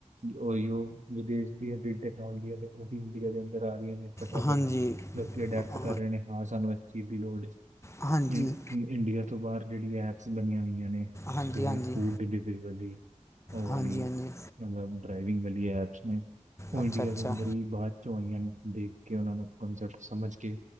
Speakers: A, on the right; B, on the left.
A: ਉਹੀਓ ਵਿਦੇਸ਼ ਦੀਆ ਟੈਕਨੋਜੀ ਨੇਂ ਉਹ ਇੰਡੀਆ ਦੇ ਆ ਰਹੀਆਂ ਨੇਂ ਫਟਾਫਟ,
B: ਹਾਂਜੀ
A: ਲੋਕ ਅਡੈਪਟ
B: ਹਾਂ-
A: ਕਰ ਰਹੇ ਨੇਂ, ਹਾਂ ਸਾਨੂੰ ਇਸ ਚੀਜ਼ ਦੀ ਲੋੜ ਏ
B: ਹਾਂਜੀ
A: ਇੰ ਇੰਡੀਆ ਤੋਂ ਬਾਹਰ ਜਿਹੜੀਆਂ ਐਪਸ ਬਣੀਆਂ ਹੋਈਆਂ ਨੇਂ।
B: ਹਾਂਜੀ
A: ਜਿਵੇਂ
B: ਹਾਂਜੀ
A: ਫੂਡ ਡਿਲੀਵਰੀ ਵਾਲੀ, ਉਹ ਵਾਲੀ
B: ਹਾਂਜੀ ਹਾਂਜੀ
A: ਮਤਲਬ ਡਰਾਈਵਿੰਗ ਵਾਲੀ ਐਪਸ ਉਹ
B: ਅੱਛਾ
A: ਇੰਡੀਆ
B: ਅੱਛਾ
A: ਦੇ ਅੰਦਰ ਵੀ ਬਾਅਦ ਚੋਂ ਆਈਆਂ ਨੇਂ, ਦੇਖ ਕੇ ਉਹਨਾਂ ਨੂੰ, ਕੰਸੈਪਟ ਸਮਝ ਕੇ।